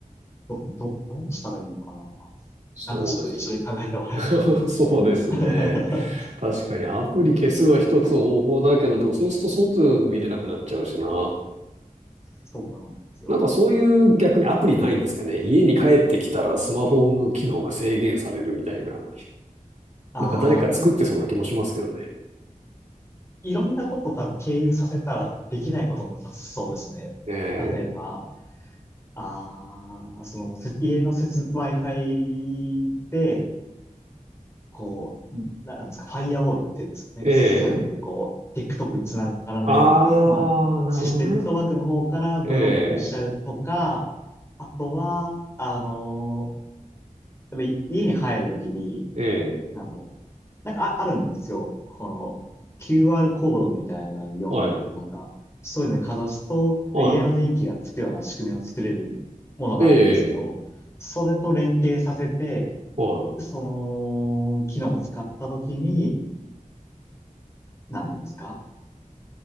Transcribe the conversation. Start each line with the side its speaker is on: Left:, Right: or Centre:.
Left: ど、ど、どうしたらいいのかな
Right: そうです。
Left: なんかちょっと一緒に考えてもらえ。
Right: <laughs> そうですね。
Left: <laughs>
Right: 確かにアプリ消すは一つ方法だけど、でもそうすると外見れなくなっちゃうしな。
Left: そうなんですよ。
Right: なんかそういう逆にアプリないんですかね。家に帰ってきたらスマホの機能が制限されるみたいな。
Left: ああ、
Right: なんか誰か作ってそうな気もしますけどね。
Left: まあ、い、いろんなことを多分経由させたらできないこともなさそうですね。
Right: え
Left: 例えば、ああ、その、せ家の接、Wi-Fi で、こう、んななんですか、ファイアウォールって言うんですかね。
Right: え、ええ。
Left: そういうので、こう、TikTok につながらないように、
Right: ああ、
Left: まあ、
Right: なるほどね。
Left: システムネットワークの方からブロックしちゃうとか、
Right: ええ、
Left: あとは、あのーやっぱ家に入るときに、
Right: ええ、
Left: なんだろう。なんかあ、あるんですよ。この QR コードみたいなの読んだりとか、
Right: はい、
Left: なんか、そういうのにかざすと、
Right: は
Left: 家の電気がつくような仕組みを作れるものがあるんですけど、
Right: い、ええ、
Left: それと連携させて、
Right: は
Left: その機能を使ったときに、なんていうんですか、